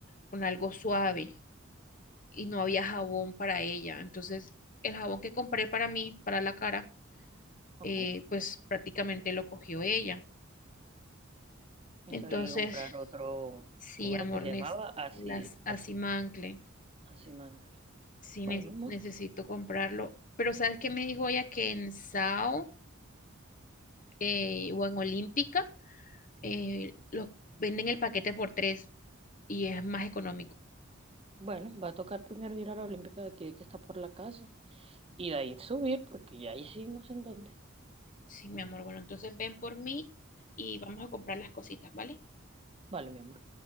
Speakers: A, on the left; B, on the right.
A: con algo suave y no había jabón para ella. Entonces, el jabón que compré para mí, para la cara,
B: Ajá.
A: eh, pues prácticamente lo cogió ella.
B: O
A: Entonces,
B: sea, que comprar
A: <laughs>
B: otro,
A: sí,
B: ¿cómo
A: amor,
B: era que se
A: nes-
B: llamaba? Así,
A: las Asimancle,
B: así, así man.
A: sí
B: Bueno,
A: ne-
B: amor.
A: necesito comprarlo. Pero ¿sabes qué me dijo ella? Que en Sao eh, o en Olímpica eh, los venden el paquete por tres y es más económico.
B: Bueno, va a tocar primero ir a la Olímpica de aquí, que está por la casa, y de ahí subir, porque ya ahí sí no sé en dónde.
A: Sí, mi amor. Bueno, entonces ven por mí y vamos a comprar las cositas, ¿vale?
B: Vale, mi amor.